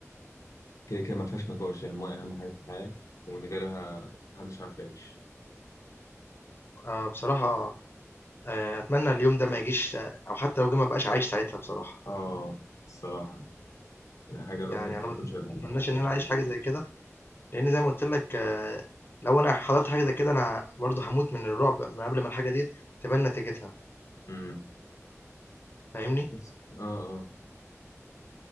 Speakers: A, on the left; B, on the left.
A: كده كده ما فيهاش نقاش يعني الماء اهم حاجه في الحياه ومن غيرها محدش عارف يعيش
B: آه، بصراحة آآ، أتمنى اليوم ده ما يجيش آه، أو حتى لو جه ما ابقاش عايش ساعتها بصراحة.
A: اه الصراحه الحاجه الواحد
B: يعني انا
A: هيكون
B: ما
A: شايل همها
B: اتمناش ان انا اعيش حاجه زي كده لان زي ما قلت لك آه، لو انا حضرت حاجه زي كده انا برضه هموت من الرعب من قبل ما الحاجه دي تبان نتيجتها
A: امم
B: فاهمني
A: بس اه اه